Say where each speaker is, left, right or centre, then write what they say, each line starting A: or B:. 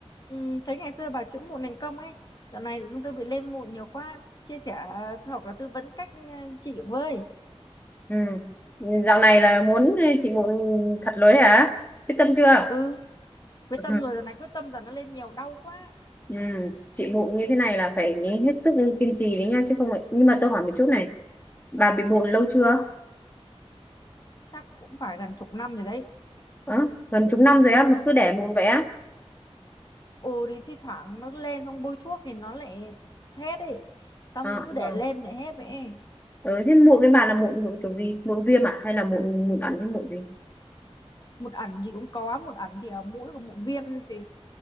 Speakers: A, on the left; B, on the left.
A: Ừ, thấy ngày xưa bà chữa mụn thành công ấy, dạo này chúng tôi bị lên mụn nhiều quá, chia sẻ hoặc là tư vấn cách ờ, trị với.
B: Ừ. Dạo này là muốn chị mụn thật lối hả? Quyết tâm chưa?
A: Ừ, quyết
B: Ừ.
A: tâm rồi, dạo này quyết tâm giờ nó lên nhiều đau quá,
B: Ừ. Chị mụn như thế này là phải hết sức kiên trì đấy nha chứ không vậy Nhưng mà tôi hỏi một chút này, bà bị mụn lâu chưa?
A: chắc cũng phải gần chục năm rồi đấy.
B: Ờ, gần chục năm rồi á mà cứ để mụn vậy á?
A: Ừ thì thi thoảng nó lên xong bôi thuốc thì nó lại hết ấy, xong
B: Ờ,
A: cứ để
B: ờ.
A: lên để hết vậy. ấy.
B: Ừ, thế mụn với bà là mụn, mụn kiểu gì? Mụn viêm à? Hay là mụn mụn ẩn hay mụn gì?
A: Mụn ẩn thì cũng có, mụn ẩn thì ở mũi của mụn viêm thì